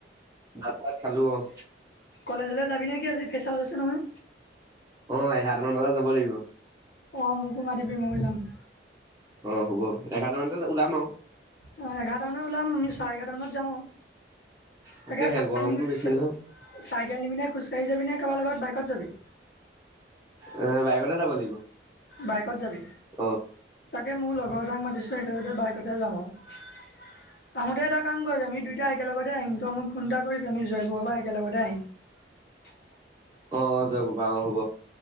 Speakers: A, on the right; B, on the left.
A: ভাত চাত খালো অ',
B: কলেজলৈ যাবি নেকি আজি ফেচাছ আছে নহয়।
A: অ এগাটামান মান বজাত যাব লাগিব
B: অ মোকো মাটিবি ময়ো যাম <unintelligible>
A: অ হ'ব এঘাৰ মানি ওলাম আৰু
B: অ এঘাৰটা মানত ওলাম আমি চাৰে এঘাৰটা মানত যাম
A: তাকেহে
B: তাকে চাই
A: গৰমটো বেছি নহয়
B: চাইকেল নিবিনে খুচ গাড়ীত যাবি নে কাৰোবাৰ লগত বাইকত যাবি
A: অ বাইগতে যাব লাগিব <unintelligible>
B: বাইকত যাবি।
A: অ',
B: তাকে মোৰ লগৰ এটাক মাতিছোঁ সেইকাৰনততো বাইকতে যাম আৰু আহোতে এটা কাম কৰিবি আমি দুইটা একেলগতে আহিম তই মোক ফোন এটা কৰিবি আমি জয়পুৰাব একেলগতে আহিম। <unintelligible>
A: অ অ যাব বা অ হ'ব